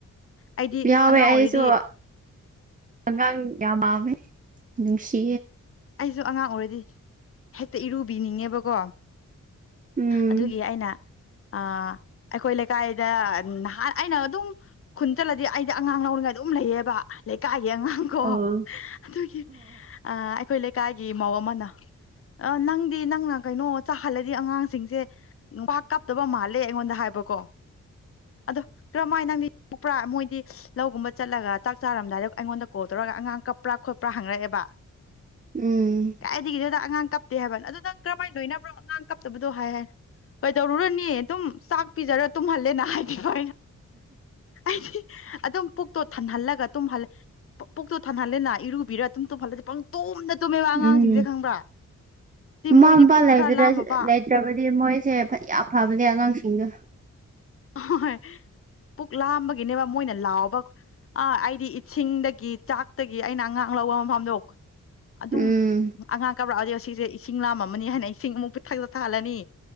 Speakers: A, on the left (about 45°); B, on the right (about 25°).
A: ꯑꯩꯗꯤ
B: ꯌꯥꯎꯋꯦ
A: ꯑꯉꯥꯡ
B: ꯑꯩꯁꯨ
A: ꯑꯣꯏꯔꯗꯤ
B: ꯑꯉꯥꯡ ꯌꯥꯝ ꯌꯥꯝꯃꯦ ꯅꯨꯡꯁꯤ
A: ꯑꯩꯁꯨ ꯑꯉꯥꯡ ꯑꯣꯏꯔꯗꯤ ꯍꯦꯛꯇ ꯏꯔꯨꯕꯤꯅꯤꯡꯉꯦꯕꯀꯣ
B: ꯎꯝ
A: ꯑꯗꯨꯒꯤ ꯑꯩꯅ ꯑ ꯑꯩꯈꯣꯏ ꯂꯩꯀꯥꯏꯗ ꯅꯍꯥꯟ ꯑꯩꯅ ꯑꯗꯨꯝ ꯈꯨꯟ ꯆꯠꯂꯗꯤ ꯑꯩꯗꯤ ꯑꯉꯥꯡ ꯂꯧꯔꯤꯉꯥꯏꯗ ꯑꯗꯨꯝ ꯂꯩꯌꯦꯕ ꯂꯩ ꯀꯥꯒꯤ ꯑꯉꯥꯡ ꯀꯣ
B: ꯑꯣ
A: ꯑꯗꯨꯒꯤ ꯑꯩꯈꯣꯏ ꯂꯩꯀꯥꯏꯒꯤ ꯏ ꯃꯧ ꯑꯃꯅ ꯑ ꯅꯪꯗꯤ ꯅꯪꯅ ꯀꯩꯅꯣ ꯆꯥꯍꯜꯂꯗꯤ ꯑꯉꯥꯡꯁꯤꯡꯁꯦ ꯄꯥꯛ ꯀꯥꯞꯇꯕ ꯃꯥꯜꯂꯦ ꯑꯩꯉꯣꯟꯗ ꯍꯥꯏꯕ ꯏ ꯀꯣ ꯑꯗꯣ ꯀꯔꯝꯍꯥꯏꯅ ꯅꯪꯗꯤ ꯊꯣꯀꯛꯄ꯭ꯔꯥ ꯃꯣꯏꯗꯤ ꯂꯧꯒꯨꯝꯕ ꯆꯠꯂꯒ ꯆꯥꯛ ꯆꯥꯔꯝꯗꯥꯏꯗ ꯑꯩꯉꯣꯟꯗ ꯀꯣꯜ ꯇꯧꯔꯒ ꯑꯉꯥꯡ ꯀꯞꯄ꯭ꯔꯥ ꯈꯣꯠꯄ꯭ꯔꯥ ꯍꯪꯉꯛꯑꯦꯕ
B: ꯎꯝ
A: ꯀꯥꯏꯗꯒꯤꯗꯗ ꯑꯉꯥꯡ ꯀꯞꯇꯦ ꯍꯥꯏꯕꯅ ꯑꯗꯨꯗꯪ ꯀꯔꯝꯍꯥꯏꯅ ꯂꯣꯏꯅꯕ꯭ꯔꯣ ꯑꯉꯥꯡ ꯀꯞꯇꯕꯗꯣ ꯍꯥꯏ ꯍꯥꯏ ꯀꯩꯗꯧꯔꯨꯔꯅꯤ ꯑꯗꯨꯝ ꯆꯥꯛ ꯄꯤꯖꯔꯣ ꯇꯨꯝꯍꯜꯂꯦꯅ ꯍꯥꯏꯕꯤꯌꯨ ꯑꯩꯗꯤ ꯑꯗꯨꯝ ꯄꯨꯛꯇꯣ ꯊꯟꯍꯜꯂꯒ ꯇꯨꯝꯍꯜꯂꯦ ꯄꯨꯛꯇꯣ ꯊꯥꯟꯅꯍꯜꯂꯦꯅ ꯏꯔꯨꯕꯤꯔ ꯇꯨꯝ ꯇꯣꯍꯜꯂꯗꯤ ꯄꯪꯇꯣꯝꯗ ꯑꯉꯥꯡꯁꯤꯡꯁꯦ
B: ꯎꯝ
A: ꯈꯪꯕ꯭ꯔꯥ ꯁꯤ
B: ꯃꯃꯥ
A: ꯃꯣꯏꯗꯤ
B: ꯃꯄꯥ
A: ꯄꯨꯛ ꯈꯔ ꯂꯥꯝꯃꯕ
B: ꯂꯩꯇ꯭ꯔꯕꯗꯤ ꯃꯣꯏꯁꯦ ꯐꯅꯌꯥꯝ ꯐꯕꯅꯦ ꯑꯉꯥꯡꯁꯤꯡꯗꯣ
A: ꯍꯣꯏ ꯄꯨꯛ ꯂꯥꯝꯕꯒꯤꯅꯦꯕ ꯃꯣꯏꯅ ꯂꯥꯎꯕ ꯑꯥ ꯑꯩꯗꯤ ꯏꯁꯤꯡꯗꯒꯤ ꯆꯥꯛꯇꯒꯤ ꯑꯩꯅ ꯑꯉꯥꯡ ꯂꯧꯕ ꯃꯐꯝꯗꯣ ꯑꯗꯨꯝ
B: ꯎꯝ
A: ꯑꯉꯥꯡ ꯀꯥꯞꯂꯛꯑꯗꯤ ꯁꯤꯁꯦ ꯏꯁꯤꯡ ꯂꯥꯝ ꯑꯃꯅꯤꯅ ꯍꯥꯏꯅ ꯏꯁꯤꯡ ꯑꯃꯨꯛ ꯄꯤꯛꯊꯛ ꯆꯠ ꯊꯛꯍꯜꯂꯅꯤ